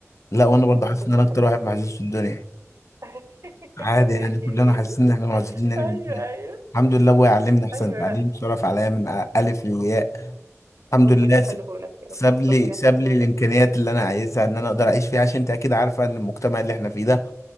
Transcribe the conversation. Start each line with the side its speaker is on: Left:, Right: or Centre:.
Left: لا وانا
Right: يعني
Left: برضه
Right: ربنا
Left: حاسس ان انا
Right: يخليهم
Left: اكتر واحد معزوز
Right: لي
Left: في الدنيا
Right: <laughs>
Left: عادي
Right: ماشي
Left: يعني كلنا
Right: يا سيدي
Left: حاسين ان احنا معزوزين يعني
Right: ايوه
Left: في الدنيا
Right: ايوه
Left: الحمد لله ابويا علمني احسن
Right: ايوه
Left: تعليم
Right: لا
Left: صرف عليا من أ- الف للياء الحمد
Right: ربنا
Left: لله
Right: يخليه
Left: س-
Right: لك يا
Left: ساب
Right: رب
Left: لي
Right: ربنا
Left: ساب
Right: يخليه
Left: لي
Right: لك
Left: الامكانيات اللي انا عايزها ان انا اقدر اعيش فيها عشان انت اكيد عارفه ان المجتمع اللي احنا فيه ده